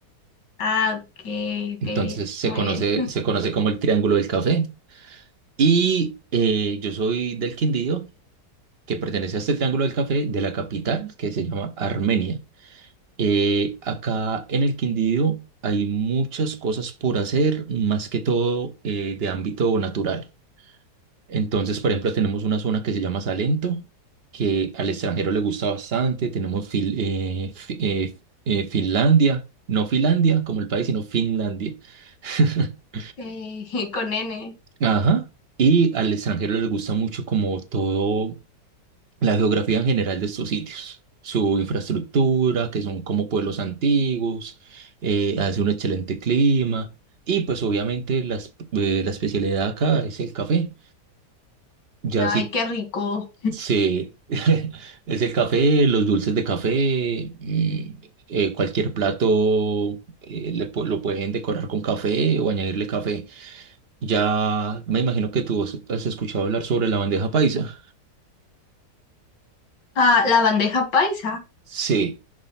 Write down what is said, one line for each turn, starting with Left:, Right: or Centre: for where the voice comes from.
Left: Ah, ok,
Right: Entonces
Left: ok,
Right: se
Left: muy
Right: conoce,
Left: bien.
Right: se conoce como el Triángulo del Café. Y eh, yo soy del Quindío, que pertenece a este Triángulo del Café de la capital, que se llama Armenia. Eh, acá en el Quindío hay muchas cosas por hacer, más que todo eh, de ámbito natural. Entonces, por ejemplo, tenemos una zona que se llama Salento, que al extranjero le gusta bastante. Tenemos Fil- eh, Fi- eh, eh, Finlandia, no Finlandia como el país, sino Finlandia. <laughs>
Left: Eh, <laughs> con N.
Right: Ajá. Y al extranjero les gusta mucho como todo la geografía en general de estos sitios, su infraestructura, que son como pueblos antiguos, eh, hace un excelente clima y pues obviamente la, es- eh, la especialidad acá es el café. Ya
Left: Ay,
Right: si
Left: qué rico.
Right: Sí, <laughs> es el café, los dulces de café, mm, eh, cualquier plato eh, le pu- lo pueden decorar con café o añadirle café. Ya me imagino que tú has has escuchado hablar sobre la bandeja paisa.
Left: Ah, la bandeja paisa.
Right: Sí,